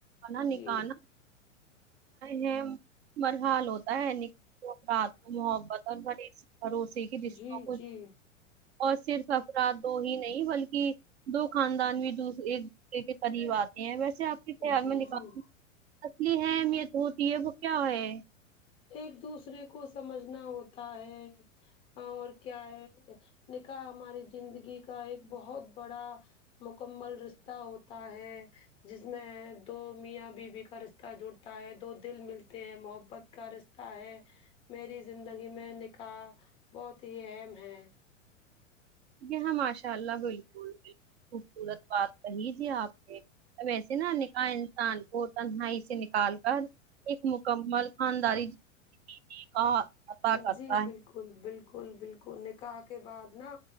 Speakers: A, on the right; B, on the left.
A: انا
B: جی
A: نکاح ناں ہے برحال ہوتا ہے رات محبت اور مری بھروسے کی رشتوں
B: جی
A: کو
B: جی
A: اور صرف افراد تو ہی نہیں بلکہ دو خاندان بھی دو ایک دوسرے کے قریب آتے ہیں ویسے آپ ا تیار
B: جی
A: میں نکالتی
B: جی
A: اصلی ہے اہمیت ہوتی ہے وہ کیا ہے
B: ایک دوسرے کو سمجھنا ہوتا ہے اور کیا ہے نکاح ہماری زندگی کا ایک بہت بڑا مکمل رشتہ ہوتا ہے جس میں دو میاں بیوی کا رشتہ جڑتا ہے دو دل ملتے ہیں محب محبت کا رشتہ ہے میری زندگی میں نکاح بہت ہی اہم ہے
A: جی ہاں ماشاء اللہ بالکل بالکل خوبصورت بات کہی جی آپ نے ویسے نا نکاح انسان کو تنہائی سے نکال کر ایک مکمل خانداری کا عطا کرتا
B: جی
A: ہے
B: بالکل بالکل بالکل نکاح کے بعد نا